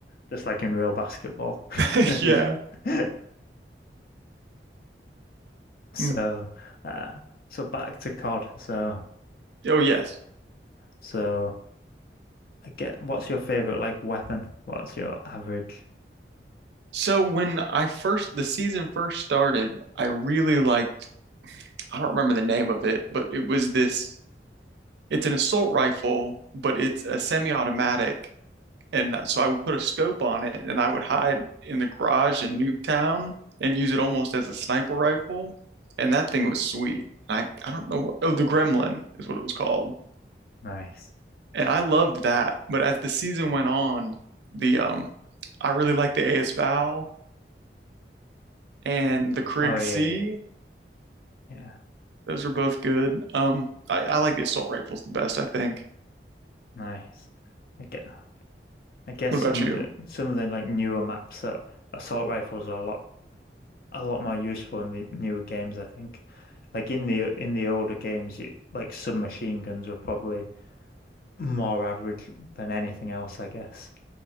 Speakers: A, on the left (about 55°); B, on the right (about 75°).
A: just like in real basketball.
B: <laughs>
A: <laughs>
B: Yeah.
A: So,
B: Mm.
A: uh, so back to COD. So,
B: Oh yes.
A: so I get what's your favorite like weapon? What's your average?
B: So when I first the season first started, I really liked I don't remember the name of it, but it was this it's an assault rifle, but it's a semi-automatic And so I would put a scope on it and I would hide in the garage in Nuketown and use it almost as a sniper rifle. And that thing was sweet. And I, I don't know what, oh, the Gremlin is what it was called.
A: Nice.
B: And I loved that. But as the season went on, the um I really liked the AS Val and
A: Mm.
B: the Krig
A: Oh yeah,
B: C.
A: yeah, yeah.
B: Those are both good. Um I, I like the assault rifles the best, I think.
A: Nice. I get, I guess
B: What
A: some
B: about you?
A: of the some of the like newer maps that assault rifles are a lot a lot more useful in the newer games, I think. Like in the in the older games, you, like submachine guns were probably more average than anything else, I guess.